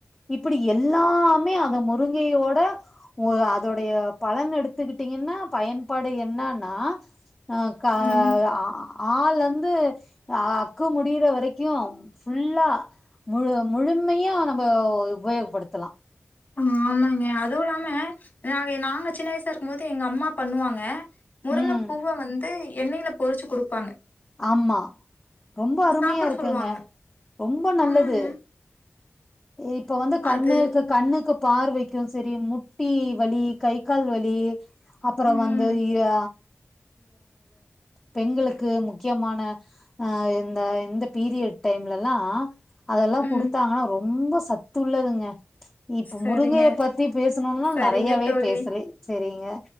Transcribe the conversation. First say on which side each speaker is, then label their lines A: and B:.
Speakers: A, on the left; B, on the left.
A: இப்டி எல்லாமே அந்த முருங்கையோட அதோடைய பலன் எடுத் ட்டீங்க என்ன பயன்பாடு என்னன்னா ஹ க
B: ம்
A: அ அ ளருந்து அக்கு முடிற வரக்கு ஃபுல்லா முழு முழுமையா நம்ம உபயோகப்படுத்தலா
B: ம் ஆமாங்கே அதுவுல்லாம நாங்க நாங்க சின்ன வயசாருக்கும் போது எங்க அம்மா பண்ணுவாங்க முருங்கைப்பூவ
A: ம்
B: வந்து எண்ணயில பொறுச்சு குடுப்பாங்க
A: ஆமா ரொம்ப அருமையா
B: சாப்பிட
A: இருக்கங்க
B: சொல்லுவாங்க.
A: ரொம்ப நல்லது
B: ஆமாங்க.
A: இப்போ வந்து கண்ணுக்கு
B: அது
A: கண்ணுக்கு பார் வைக்கு சரி முட்டி வலி கை கால் வலி அப்புறோ
B: ம்,
A: வந்து இய பெண்களுக்கு முக்கியமான அய்ந்த இந்த பீரியட் டைம்லல்லா அதல்லா
B: ம்.
A: புடுத்தாங்கன்னா ரொம் ரொம்ப சத்து உள்ளதுங்க இப்ப
B: சரிங்க.
A: முருங்கைய பத்தி பேசணும்னா
B: சரிங்க
A: நிறையாவே
B: தோழி.
A: பேசலை சேரிங்க